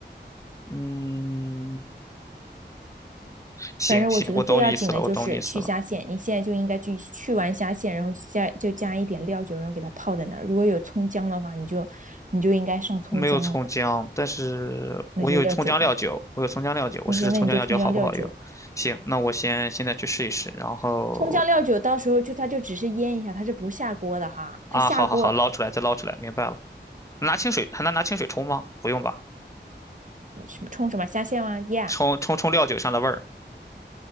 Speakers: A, on the left (about 15°); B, on the right (about 45°).
A: 嗯，行行，
B: 反正我觉得最要紧的就是去虾线，
A: 我懂你意思了，我懂你意思了。
B: 你现在就应该去去完虾线，然后就加就加一点料酒，然后给它泡在那儿。如果有葱姜的话，你就你就应该上葱姜了，
A: 我没有葱姜，但是我有葱姜料酒，
B: 那就料酒吧。
A: 我有葱姜料酒，我试试葱姜料酒好不好用。
B: OK，那你就葱姜料酒。
A: 行，那我先现在去试一试，然后
B: 葱姜料酒到时候就它就只是腌一下，它是不下锅的哈。
A: 啊，
B: 它下锅
A: 好好好，捞出来再捞出来，明白了。拿清水还能拿清水冲吗？不用吧，
B: 什么冲什么虾线吗？Yeah，
A: 冲冲冲料酒上的味儿。